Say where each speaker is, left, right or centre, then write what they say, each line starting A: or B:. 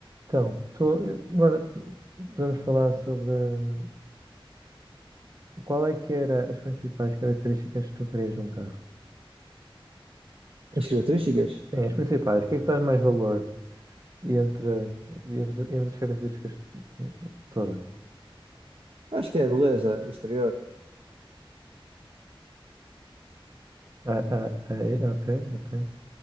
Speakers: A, on the right; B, on the right.
A: Então, tô- agora podemos falar sobre hum, qual é que era as principais características que tu querias num carro? As-
B: As características?
A: Sim, as principais. O que é que traz mais valor e entre, e entre, entre as características todas?
B: Acho que é a beleza exterior.
A: Ah, ah, ah, ok, ok.